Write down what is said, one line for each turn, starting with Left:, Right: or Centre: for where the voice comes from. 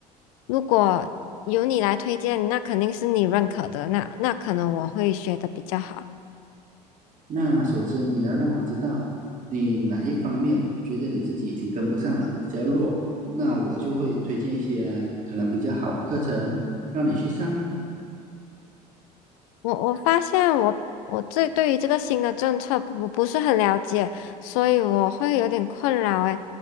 Left: 如果由你来推荐，那肯定是你认可的，那那可能我会学的比较好。
Right: 那首先你要让我知道你哪一方面觉得你自己已经跟不上了，比较弱，那我就会推荐一些可能比较好的课程让你去上啊。
Left: 我我发现我我这对于这个新的政策不不是很了解，所以我会有点困扰，诶，